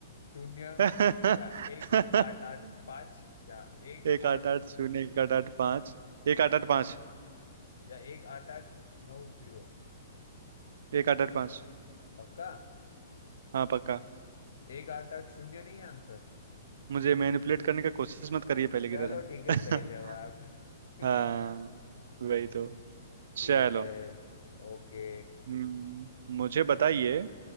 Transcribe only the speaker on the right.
<laughs>
एक आठ
आठ शून्य एक आठ आठ पाँच एक आठ आठ पाँच
एक आठ आठ पाँच
हाँ पक्का
मुझे मैनिपुलेट करने का कोशिश मत करिए पहले की
तरह
<laughs>
हाँ वही तो
चलो
हम्म, मुझे बताइए